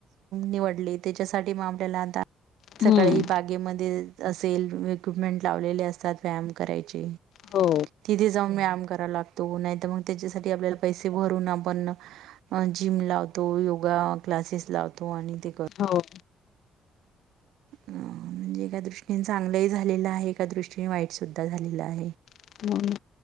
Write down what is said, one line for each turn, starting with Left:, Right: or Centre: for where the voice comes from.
Right: निवडले. त्याच्यासाठी म आपल्याला
Left: हम्म
Right: सकाळी बागेमध्ये असेल, इक्विपमेंट लावलेले असतात व्यायाम करायचे.
Left: हो
Right: तिथे जाऊन व्यायाम करावा लागतो, नाहीतर मग त्याच्यासाठी आपल्याला पैसे भरून आपण जिम लावतो, योगा क्लासेस लावतो आणि ते कर
Left: हो.
Right: ह. म्हणजे एका दृष्टीने चांगलंही झालेलं आहे, एका दृष्टीने वाईटसुद्धा झालेलं आहे.
Left: म्हणून